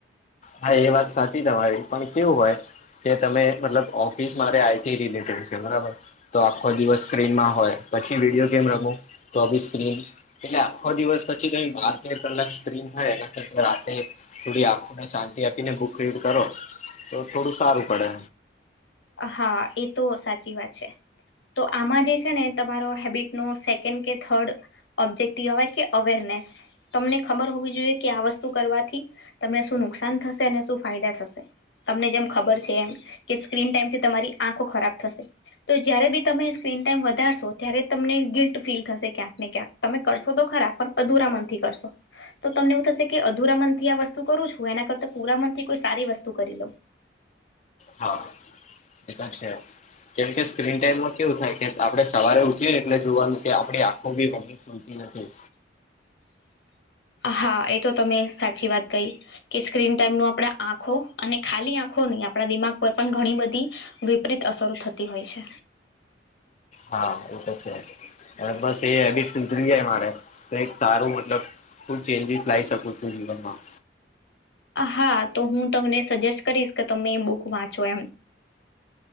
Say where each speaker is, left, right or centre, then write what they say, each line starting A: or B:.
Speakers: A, on the left (about 40°); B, on the left (about 75°).
A: હા એ વાત સાચી તમારી પણ કેવું હોય. કે તમે મતલબ ઓફિસ મા આઈટી રિલેટેડ છે બરાબર. તો આખો દિવસ સ્ક્રીનમાં હોય પછી વિડીયો ગેમ રમું, તો બી સ્ક્રીન. એટલે આખો દિવસ પછી તો બાર તેર કલાક સ્ક્રીન થાય એ રાતે થોડી આંખોને શાંતિ આપીને બુક રીડ કરો, તો થોડું સારું પડે.
B: હા એ તો સાચી વાત છે. તો આમાં જે છે ને તમારો હેબિટ નો સેકન્ડ કે થર્ડ ઓબ્જેક્ટિવ આવેય કે અવેરનેસ તમને ખબર હોવી જોઈએ કે આ વસ્તુ કરવાથી તમને શું નુકસાન થશે અને શું ફાયદા થશે તમને જેમ ખબર છે એમ કે સ્ક્રીન ટાઈમ થી તમારી આંખો ખરાબ થશે. તો જયારે બી તમે સ્ક્રીન ટાઈમ વધારશો ત્યારે તમને ગિલ્ટ ફીલ થશે ક્યાંક ને ક્યાંક તમે કરશો તો ખરા પણ અધુરા મનથી કરશો તો તમને એવું થશે કે અધુરા મન થી આ વસ્તુ કરું છું એના કરતા પુરા મન થી કોઈ સારી વસ્તુ કરી લઉં.
A: હા એ કરશે એમ કેમકે સ્ક્રીન ટાઈમમાં કેવું થાય આપણે સવારે ઉઠીએ એટલે જોવાનું કે આપડી આખું બી બધી ખૂલતી નથી
B: હા એ તો તમે સાચી વાત કઈ. કે સ્ક્રીન ટાઈમ નો આપણે આંખો અને ખાલી આંખો નહી આપણા દિમાગ પર પણ ઘણી બધી વિપરીત અસરો થતી હોય છે.
A: હા એ તો છે પણ બસ એ એવી છે સુધરી જાય મારે. ક એક સારું મતલબ હું ચેન્જીસ લાવી શકું છું જીવનમાં
B: હા તો હું તમને સજેસ્ટ કરીશ કે તમે એ બુક વાંચો એમ.